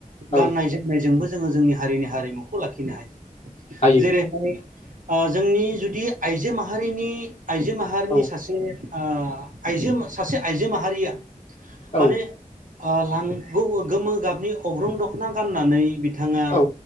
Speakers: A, on the left (about 50°); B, on the right (about 70°).
A: औ
B: गाननायजों जोंबो जोङो जोंनि हारिनि हारिमुखौ लाखिनो हायो।
A: हायो
B: बेहाय ओ जोंनि जुदि आइजो माहारिनि आइजो माहारिनि
A: औ
B: सासे ओ आइजो सासे आइजो माहारिया माने
A: औ
B: अ लांगौ गोमो गाबनि अग्रं दखना गाननानै बिथाङा
A: औ